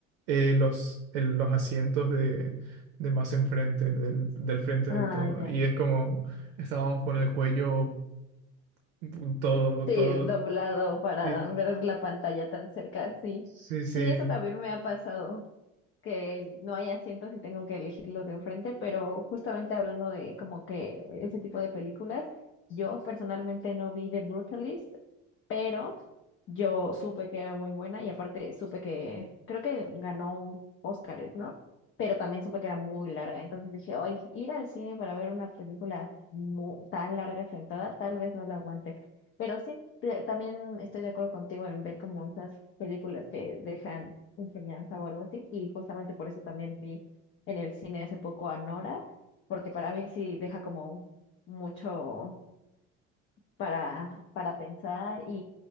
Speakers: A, on the right (about 75°); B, on the left (about 35°).
A: eh, los, el- los asientos de, de más enfrente, del, del frente
B: Ah,
A: del todo.
B: ya.
A: Y es como estábamos con el cuello mm, todo,
B: Sí,
A: todo.
B: doblado para
A: Sí,
B: ver la pantalla tan cerca, sí.
A: sí, sí.
B: Sí, eso también me ha pasado, que no hay asientos y tengo que elegir los de enfrente, pero justamente hablando de como que ese tipo de películas, yo personalmente no vi The Brutalist, pero Yo supe que era muy buena y aparte supe que creo que ganó un Óscar, ¿no? Pero también supe que era muy larga. Entonces dije, hoy ir al cine para ver una película mu- tan larga sentada, tal vez no la aguante. Pero sí, te- también estoy de acuerdo contigo en ver como esas películas que dejan enseñanza o algo así. Y justamente por eso también vi en el cine hace poco a Nora, porque para mí sí deja como mucho para, para pensar